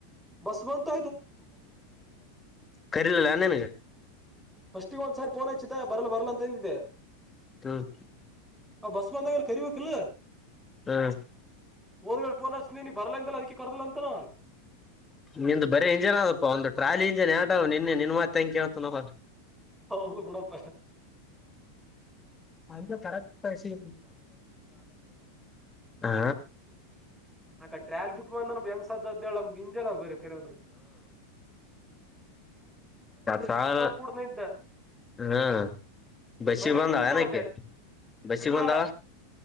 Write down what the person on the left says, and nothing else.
ಕರಿಲಲ್ಲ ಏನ್ ನಿಂಗ
ಹ್ಮ್
ಹ್ಮ್
ನಿ ಬರೇ ಇಂಜಿನ್ ಅದಪ್ಪ ಒಂದಂದು ಟ್ರಾಲಿ ಇಂಜಿನ್ ಯಟ ನಿನ್ನೆ ನಿನ್ ಮತ್ತೆ ಹೆಂ ಕೇಳ್ತ ನ
ಅಂತ ಕಳ್ಸಿ ಹಾ
ಸಾರ
ಹಾ ಬಸ್
ಗೆ ಬಂದಳ
ಆಕಿ ಬಸ್
ಗೆ ಬಂದಳ